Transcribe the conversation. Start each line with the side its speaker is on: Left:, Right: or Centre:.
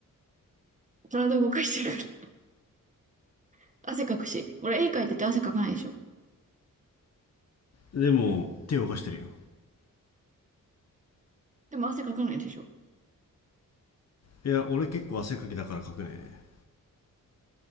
Right: 体動かしてるから。<laughs> 汗かくし。俺絵描いてて汗かかないでしょ。
Left: でも、手を動かしてるよ。
Right: でも汗かかないでしょ。
Left: いや、俺結構汗かきだから書くね。